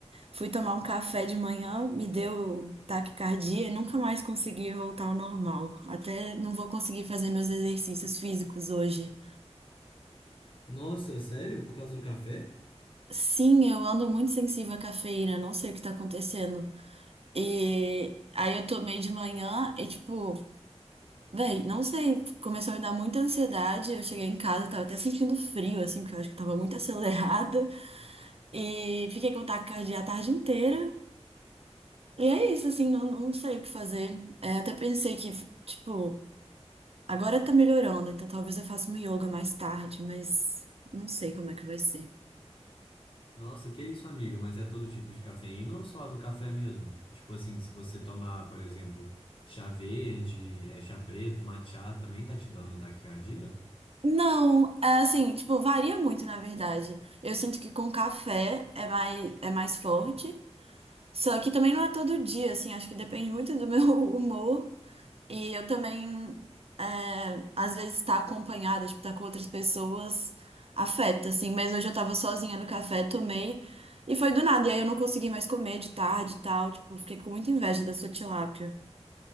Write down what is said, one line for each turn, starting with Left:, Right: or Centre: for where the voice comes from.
Right: Fui tomar um café de manhã, me deu taquicardia e nunca mais consegui voltar ao normal. Até não vou conseguir fazer meus exercícios físicos hoje.
Left: Nossa, sério? Por causa do café?
Right: Sim, eu ando muito sensível à cafeína, não sei o que tá acontecendo. E aí eu tomei de manhã e, tipo, Véi, não sei, começou a me dar muita ansiedade. Eu cheguei em casa, tava até sentindo frio, assim, porque eu acho que tava muito <laughs> acelerada. E fiquei com taquicardia a tarde inteira. E é isso, assim, não, não sei o que fazer. É, até pensei que, tipo, agora tá melhorando, então talvez eu faça um yoga mais tarde, mas não sei como é que vai ser.
Left: Nossa, que isso, amiga? Mas é todo tipo de cafeína ou só a do café mesmo? Tipo assim, se você tomar, por exemplo, chá verde, é chá preto, matcha, também tá te dando taquicardia?
Right: Não, é assim, tipo, varia muito, na verdade. Eu sinto que com café é mais, é mais forte. Só que também não é todo dia, assim, acho que depende muito do meu <laughs> humor. E eu também, é, às vezes, estar acompanhada, tipo, estar com outras pessoas, afeta, assim. Mas hoje eu tava sozinha no café, tomei, e foi do nada. E aí eu não consegui mais comer de tarde e tal. Tipo, fiquei com muita inveja da sua tilápia.